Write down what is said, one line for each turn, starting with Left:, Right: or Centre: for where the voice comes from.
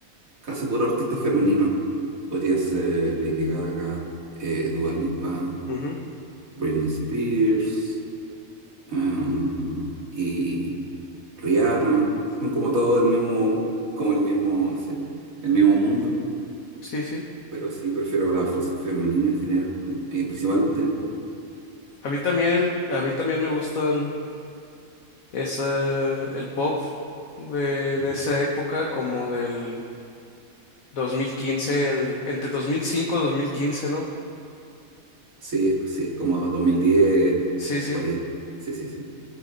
Right: casi puro artista femenino. Podría ser Lady Gaga, eh, Dua Lipa,
Left: Ujú,
Right: Britney Spears, em, y Rihanna. Son como todo el mismo, como el mismo, no sé, el mismo mundo.
Left: Sí, sí.
Right: Pero sí, prefiero las voces femeninas en general, como- eh, principalmente en el pop.
Left: A mí también, a mí también me gustan ese, el pop de,
Right: Ajá.
Left: de esa época, como del 2015, el, entre 2005 y 2015, ¿no?
Right: Sí, es- sí, es como 2010,
Left: Sí, sí.
Right: por ahí. Sí, sí, sí.